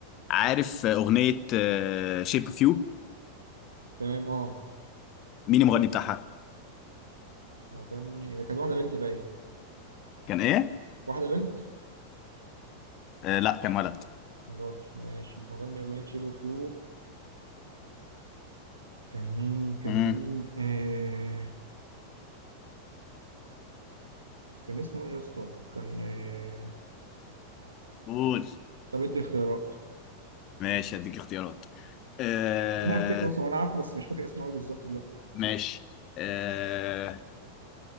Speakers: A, on the left; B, on the right.
A: عارف آه، أغنية شيب اوف يو
B: تمام اه
A: مين المغني بتاعها؟
B: مغني هي كانت واحدة بنت باين
A: كان إيه؟
B: واحدة بنت
A: آه لا كان ولد
B: كان راجل ماشي مغني أغنية شيب اوف يو كان مين كان
A: امم
B: مين آه... كان اسمه ايه يا اسطى؟ كان آه...
A: قول
B: طب ادي اختيارات
A: ماشي هديك اختيارات آه
B: انا هفتكر اصلا وانا عارفه بس مش فاكر اسمه قوي بالظبط دلوقتي
A: ماشي آه